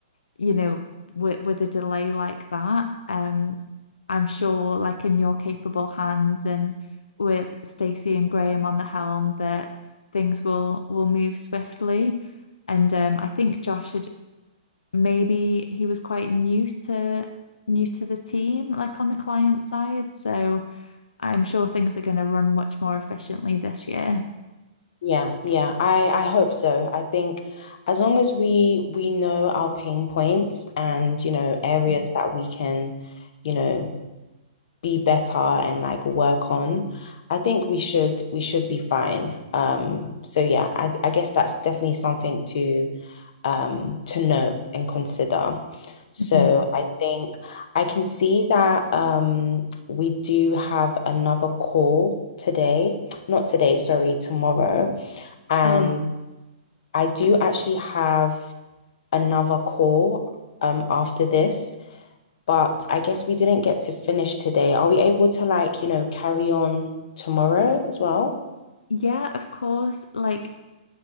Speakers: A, on the left; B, on the left.
A: you know, with with a delay like that, um, I'm sure like in your capable hands and with Stacey and Graham on the helm that things will will move swiftly. And um, I think Josh had maybe he was quite new to new to the team, like on the client side. So I'm sure things are going to run much more efficiently this year.
B: Yeah, yeah. I I hope so. I think as long as we we know our pain points and you know areas that we can, you know, be better and like work on, I think we should we should be fine. Um, so yeah, I I guess that's definitely something to um, to note and consider. So
A: Mhm.
B: I think I can see that um, we do have another call today, not today, sorry, tomorrow. And
A: Oh,
B: I do actually have another call um, after this, but I guess we didn't get to finish today. Are we able to like, you know, carry on tomorrow as well?
A: yeah, of course. Like